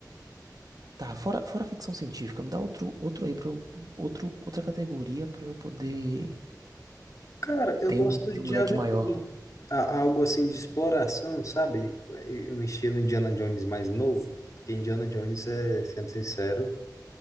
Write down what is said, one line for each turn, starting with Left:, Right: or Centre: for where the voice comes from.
Right: Tá, fora, fora ficção científica, me dá outro, outro aí pra eu, outro, outra categoria pra eu poder
Left: Cara, eu
Right: ter
Left: gosto
Right: um, ter
Left: de
Right: um leque
Left: aventura.
Right: maior.
Left: A- Algo assim de exploração, sabe? E- Um estilo Indiana Jones mais novo. Porque Indiana Jones é, sendo sincero,